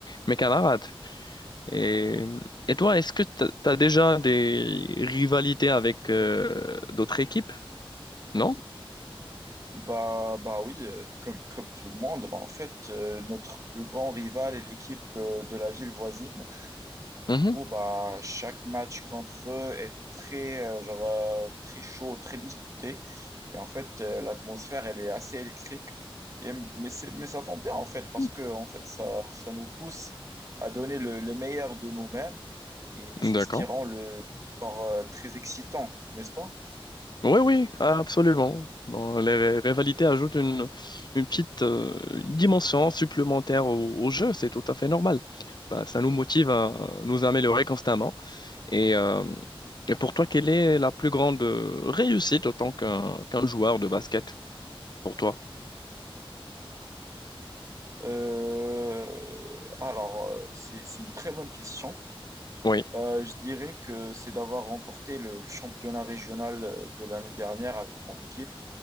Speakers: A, on the left; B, on the right.
A: mes camarades. Et, et toi, est-ce que tu as déjà des rivalités avec euh, d'autres équipes? Non?
B: Bah, bah oui, euh, comme, comme tout le monde, bah, en fait, euh, notre plus grand rival est l'équipe euh, de la ville voisine.
A: Mhm.
B: Du coup, bah, chaque match contre eux est très, euh, genre, euh, très chaud, très disputé. Et en fait, euh, l'atmosphère, elle est assez électrique. Et, mais, c'est, mais ça tombe bien, en fait, parce
A: <laughs>
B: que en fait, ça, ça nous pousse à donner le, le meilleur de nous-mêmes. Et c'est
A: D'accord.
B: ce qui rend le sport euh, très excitant, n'est-ce pas?
A: Oui, oui, absolument. Bon, les ré- rivalités ajoutent une, une petite euh, dimension supplémentaire au, au jeu, c'est tout à fait normal. Bah, ça nous motive à nous améliorer constamment. Et, euh, et pour toi, quelle est la plus grande euh, réussite en tant qu'un qu'un joueur de basket pour toi?
B: Euh, alors, euh, c'est, c'est une très bonne question.
A: Oui.
B: Bah, je dirais que c'est d'avoir remporté le, le championnat régional euh, de l'année dernière avec mon équipe.